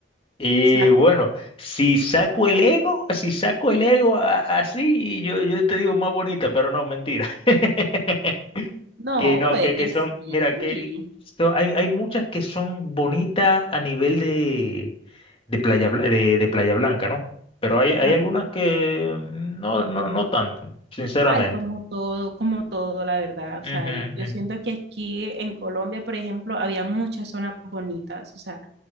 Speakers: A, on the left; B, on the right.
A: Y
B: O sea,
A: bueno, si saco el ego, si saco el ego a- así, yo, yo te digo más bonita, pero no, mentira. <laughs>
B: no,
A: Que no,
B: puede
A: que,
B: que
A: que son,
B: sí.
A: mira, que son- hay, hay muchas que son bonitas a nivel de, de Playa, Bla- de, de Playa Blanca, ¿no? Pero hay, hay
B: Ajá.
A: algunas que mm, no, no, no tanto, sinceramente.
B: Ay, como todo, como todo, la verdad. O
A: Ujú,
B: sea, yo, yo
A: ujú,
B: siento que aquí en Colombia, por ejemplo, había muchas zonas bonitas, o sea,